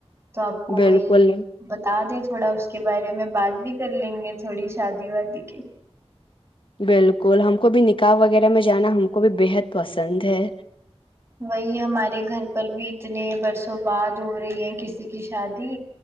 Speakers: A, on the right; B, on the left.
A: تو آپ کو
B: بالکل
A: وہی بتا دیں تھوڑا اس کے بارے میں بات بھی کر لیں گے تھوڑی شادی وادی کے
B: بالکل ہم کو بھی نکاح وغیرہ میں جانا ہم کو بھی بےحد پسند ہے
A: وہی ہمارے گھر پر بھی اتنے برسوں بعد دھو رہی ہے کسی کی شادی